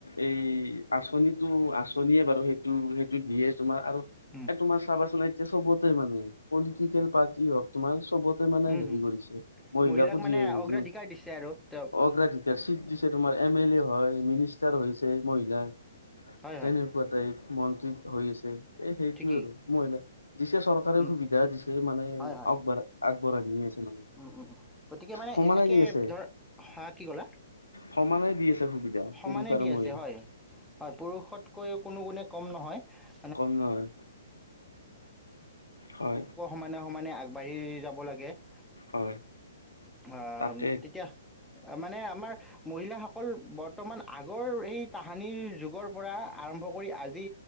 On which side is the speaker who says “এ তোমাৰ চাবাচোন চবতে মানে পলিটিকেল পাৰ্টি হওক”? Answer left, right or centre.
Left